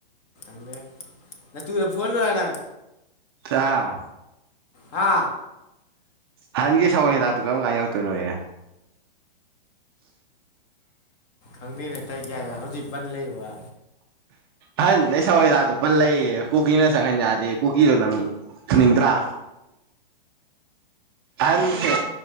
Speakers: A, on the left; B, on the right.
A: ꯪꯦ ꯅ ꯇꯨꯗ ꯐꯂꯨꯨꯔ ꯅꯪ
B: ꯑꯥ
A: ꯍꯥ
B: ꯍꯍꯟꯒꯤ ꯁꯒꯣꯜ ꯍꯤꯗꯥꯛꯇꯨ ꯀꯔꯝ ꯀꯥꯟ ꯌꯧꯗꯣꯏꯅꯣ ꯑꯦ
A: ꯈꯪꯗꯦꯅꯦ ꯇꯥꯏ ꯀꯥꯏ ꯍꯧꯖꯤꯛ ꯕꯟ ꯂꯩꯕ
B: ꯑꯍꯟ ꯅ ꯁꯒꯣꯏ ꯍꯤꯗꯥꯛꯇꯣ ꯄꯜ ꯂꯩꯌꯦ ꯀꯨꯀꯤꯅ ꯆꯪꯍꯟ ꯌꯥꯗꯦ ꯀꯨꯀꯤꯗꯣ ꯅꯪ ꯐꯨꯅꯤꯡꯗ꯭ꯔꯥ ꯑꯍꯟꯁꯦ